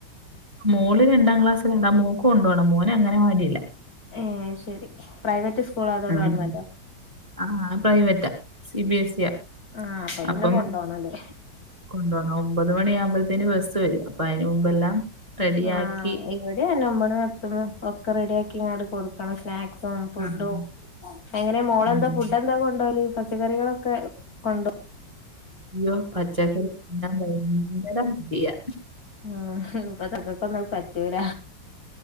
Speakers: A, on the right; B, on the left.
A: മോള് രണ്ടാം ക്ലാസ്സലാടാ മോക്ക് കൊണ്ടോണം മോന് അങ്ങനവാടിയില.
B: ഏ ശെരി പ്രൈവറ്റ് സ്കൂളോ അതോ
A: ഉം.
B: ഗവൺമെന്റോ?
A: ആ പ്രൈവറ്റാ സി ബി എസ് സിയാ.
B: ആഹ് അപ്പൊ
A: അപ്പം
B: പിന്നെ കൊണ്ടോണല്ലേ
A: കൊണ്ടോണം ഒമ്പത് മണിഴാകുമ്പോഴ്ത്. തിന് ബസ്സ് വരും അപ്പൊ അയിന് മുമ്പെല്ലാം റെഡിയാക്കി.
B: ആഹ് <unintelligible> ഒക്കെ റെഡിയ ആക്കിങ്ങാണ്ട് കൊട്ക്കണം സ്നാക്സും ഫുഡും.
A: ആഹ്
B: എങ്ങനെ മോളെന്താ
A: ഉം
B: ഫുഡ് എന്താ കൊണ്ടോവല് പച്ചക്കറികളൊക്കെ കൊണ്ടോവോ
A: ഉള്ളിയോ പച്ചക്കറിയോ തിന്നാൻ ഭയങ്കര മടിയാ
B: ആ ഇപ്പക്കക്കൊന്നും പറ്റൂല